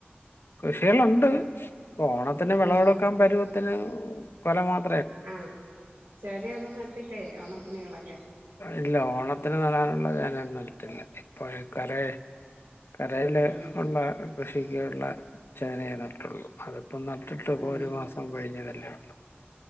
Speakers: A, on the left; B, on the right.
A: കൃഷിയാളുണ്ട് ഓണത്തിന് വിളവെടുക്കാൻ
B: ഉം
A: പരുവത്തിന് കൊല മാത്
B: ആചനിയൊന്നും നട്ടില്ലേ ഓണത്തിനിളക്കാൻ
A: ഇല്ല ഓണത്തിന് നടാനുള്ള ചേനനൊന്നും നട്ടിട്ടില്ല ഇപ്പോ കരെ കരെയില്
B: ഉം
A: ഉള്ളെ ഉള്ള കൃഷി കുട്ടിക്കുള്ള ചേനെ നട്ടിട്ടുള്ളൂ അതിപ്പോം നട്ടിട്ട് ഇപ്പോം
B: ഉം
A: ഒരു മാസം കഴിഞ്ഞതല്ലേ ള്ളൂ